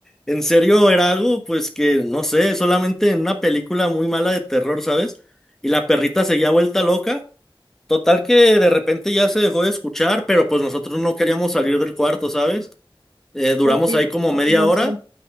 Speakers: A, in the centre; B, on the right.
A: en serio era algo, pues que, no sé, solamente en una película muy mala de terror, ¿sabes? Y la perrita seguía vuelta loca. Total que de repente ya se dejó de escuchar, pero pues nosotros no queríamos salir del cuarto, ¿sabes? Eh, duramos
B: Uy,
A: ahí como media
B: no
A: hora
B: sé.